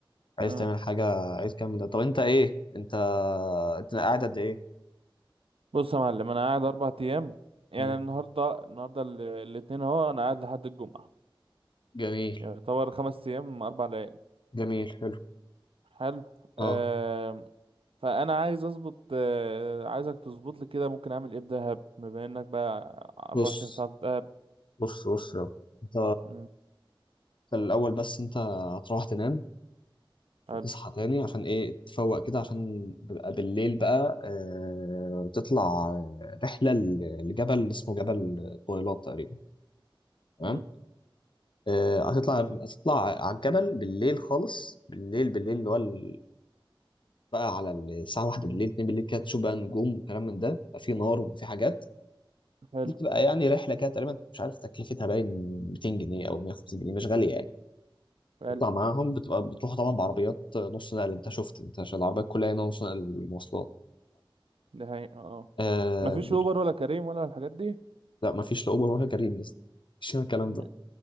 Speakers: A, on the left (about 60°); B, on the right (about 80°).
A: عايز
B: امم
A: تعمل حاجة عايز كام ده طب أنت إيه؟ أنت أنت قاعد قد إيه؟
B: بص يا معلم انا قاعد اربع ايام يعني
A: مم.
B: النهارده النهارده ال- الاتنين اهو انا قاعد لحد الجمعه
A: جميل
B: يعني يعتبر خمس ايام اربع ليالي
A: جميل حلو
B: حلو
A: اه
B: آه فانا عايز اظبط آه عايزك تظبط لي كده ممكن اعمل ايه في دهب بما انك بقى 24
A: بص
B: ساعه في دهب
A: بص بص يا رب. أنت
B: مم،
A: الأول بس أنت هتروح تنام
B: حلو
A: وتصحى تاني عشان ايه تفوق كده عشان بيبقى بالليل بقى آه تطلع آه، رحلة ل- لجبل اسمه جبل طويلات تقريبا تمام
B: مم،
A: آه هتطلع هتطلع على الجبل بالليل خالص بالليل بالليل اللي هو ال- بقى على الساعة واحدة بالليل اتنين بالليل كده تشوف بقى نجوم وكلام من ده بيبقى في نار وبيبقى في حاجات
B: حلو
A: دي بتبقى يعني رحلة كده تقريبا مش عارف تكلفتها باين 200 جنيه أو 150 جنيه مش غالية يعني
B: حلو
A: تطلع معاهم بتبقى بتروح طبعا بعربيات نص نقل انت شفت انت عشان العربيات كلها هنا نص نقل المواصلات
B: ده حقيقة اه
A: آه
B: مفيش
A: بت...
B: اوبر ولا كريم ولا الحاجات دي
A: لا مفيش لا اوبر ولا كريم لسه مفيش هنا الكلام
B: م-
A: ده